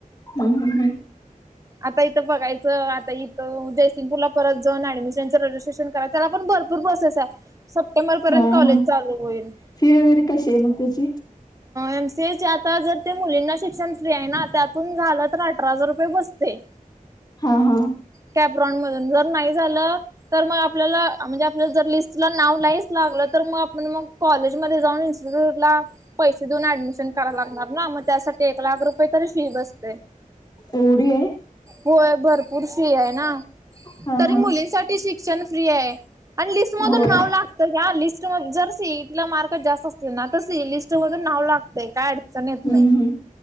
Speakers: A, on the left; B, on the right.
A: हम हम हम
B: आता इथं बघायचं आता इथं जयसिंगपूरला परत जाऊन ऍडमिशनच रे इंजेक्शन कराय त्याला पण बरं भरपूर प्रोसेस आहे सप्टेंबर पर्यंत
A: हा
B: कॉलेज
A: हा
B: चालू होईल
A: फी वगैरे कशी आहे मग त्याची
B: एमसीए चे आता जर ते मुलींना शिक्षण फ्री आहे ना त्यातून झालं तर अठरा हजार रुपये बसतय
A: हा हा
B: कॅपरॉन मधून जर नाही झालं तर मग आपल्याला म्हणजे आपल्याला जर लिस्टला नाव नाहीच लागलं तर मग आपण मग कॉलेजमध्ये जाऊन ला पैसे देऊन ऍडमिशन कराय लागणार ना मग त्यासाठी एक लाख रुपये तरी फी बसतय
A: एवढी आहे
B: होय भरपूर फी आहे ना
A: हा
B: तरी
A: हा
B: मुलींसाठी ठि शिक्षण फ्री आहे आणि लिस्ट मधुन
A: होय
B: नाव लागत जर सीईट ला मार्क जास्त असतील ना तर सी लिस्ट मध्ये नाव लागतेय काय अडचण येत
A: हम्म
B: नाही
A: हम्म